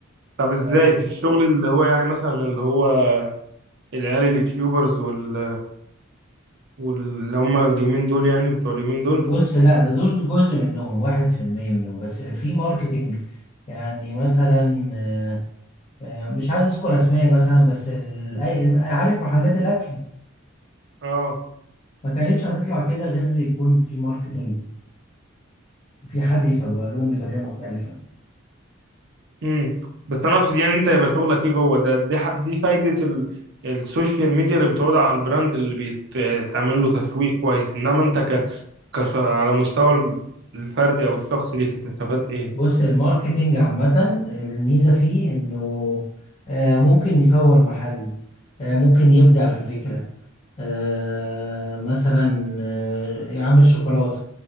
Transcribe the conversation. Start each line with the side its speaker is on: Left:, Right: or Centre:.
Right: طب إزاي
Left: ف-
Right: في الشغل اللي هو يعني مثلا اللي هو العيال اليوتيوبرز وال... واللي هم اليومين دول يعني بتوع اليومين دول
Left: بص لا ده دول جزء منهم واحد في المية منهم بس في ماركتينج يعني مثلا آه، آه، مش عايز اذكر اسماء مثلا بس ال- أي- عارف محلات الاكل
Right: اه
Left: ما كانتش هتطلع كده غير يكون في ماركتينج وفي حد يسوق لهم بطريقة مختلفة
Right: امم بس انا اقصد يعني انت يبقى شغلك ايه جوه ده دي ح- دي فايده ال... السوشيال ميديا اللي بتعود على البراند اللي بيتعمل له تسويق كويس انما انت ك... كش... على مستوى الفردي او الشخصي ليك هتستفاد ايه
Left: بص الماركتينج عامة الميزة فيه إنه آه، ممكن يصور محل آه، ممكن يبدع في فكرة آه، مثلا آه، يعمل الشوكولاتة